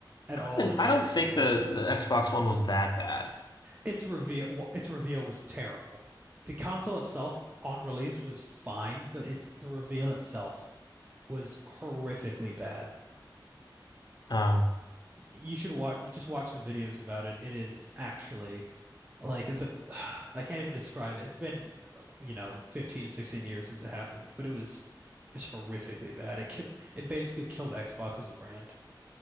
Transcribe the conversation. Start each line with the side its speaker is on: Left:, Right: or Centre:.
Right: at all
Left: And
Right: in
Left: I
Right: years
Left: don't think
Right: anymore.
Left: the, the Xbox One was that bad.
Right: Its reveal its reveal was terrible. The console itself on release was fine, but it's the reveal itself was horrifically bad.
Left: Um,
Right: You should watch you just watch some videos about it. It is actually Like the, <sighs> I can't even describe it. It's been, uh, you know, 15 to 16 years since it happened, but it was just horrifically bad. It ki it basically killed Xbox as a brand.